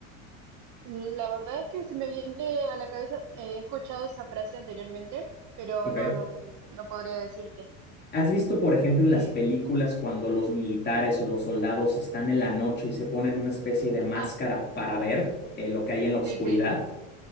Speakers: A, on the right (about 50°); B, on the left (about 25°).
A: La verdad es que se me viene a la cabeza, eh, he escuchado esa frase anteriormente, pero
B: ¿Okay?
A: no, no, no podría decirte.
B: ¿Has visto, por ejemplo, en
A: Eh,
B: las películas cuando los militares o los soldados están en la noche y se ponen una especie de máscara
A: ah,
B: para ver eh, lo que hay en la oscuridad?
A: sí, sí,